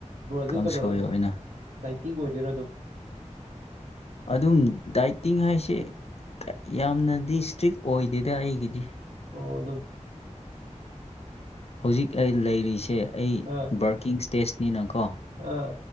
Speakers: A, on the right; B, on the left.
A: ꯕ꯭ꯔꯣꯟꯁꯦ
B: ꯀꯥꯡꯁꯣꯏ
A: ꯀꯩꯅꯣꯔꯣ
B: ꯑꯣꯏꯅ
A: ꯗꯥꯏꯇꯤꯡ ꯑꯣꯏꯗꯣꯏꯔꯣ ꯑꯗꯨꯝ
B: ꯑꯗꯨꯝ ꯗꯥꯏꯇꯤꯡ ꯍꯥꯏꯁꯦ ꯌꯥꯝꯅꯗꯤ ꯏꯁꯇ꯭ꯔꯤꯛ ꯑꯣꯏꯗꯦꯗ ꯑꯩꯒꯤꯗꯤ
A: ꯑꯣ ꯑꯗꯨꯝ
B: ꯍꯧꯖꯤꯛ ꯑꯩ ꯂꯩꯔꯤꯁꯦ ꯑꯩ
A: ꯑꯥ
B: ꯕꫪꯀꯤꯡ ꯏꯁ꯭ꯇꯦꯁꯅꯤꯅꯀꯣ
A: ꯑꯥ